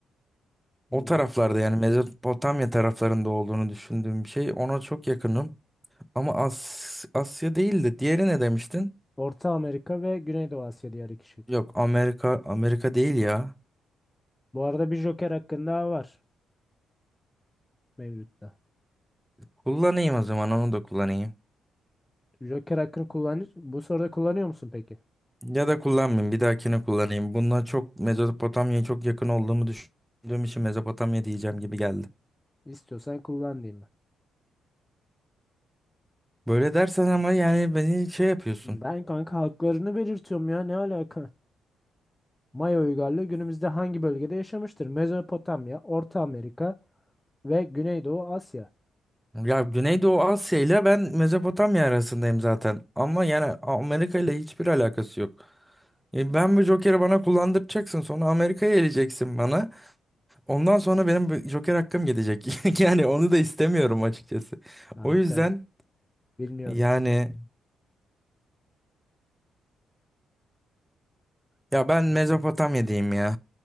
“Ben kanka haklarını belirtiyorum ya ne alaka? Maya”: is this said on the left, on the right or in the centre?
Left